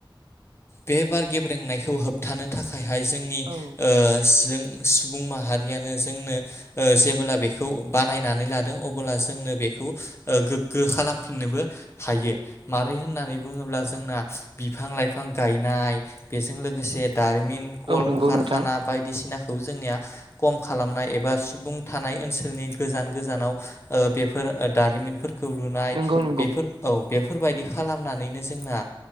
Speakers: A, on the left (about 30°); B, on the right (about 70°).
A: बे बार गेब्रेंनायखौ होबथानो थाखायहाय जोंनि
B: औ
A: ओ जों सुबुं माहारियानो जोंनो जेबोला बे खौ बानायनानै लादों अब्ला जोंनो बेखौ ओ गोग्गो खालामफिननोबो हायो मारै होननानै बुंङोब्ला जोंना बिफां लाइफां गायनाय बेजों लोगोसे दारिमिन कल
B: औ नंगौ
A: कारखाना
B: नोंथां
A: बायदिसिना खौ जोंनिया कम खालामनाय एबा सुबुं थानाय ओनसोलनि गोजान गोजानाव ओ बेफोर दारिमिनफोर खौ लुनाय
B: नंगौ नंगौ
A: बेफोर औ बेफोरबायदि खालामनानैनो जोंना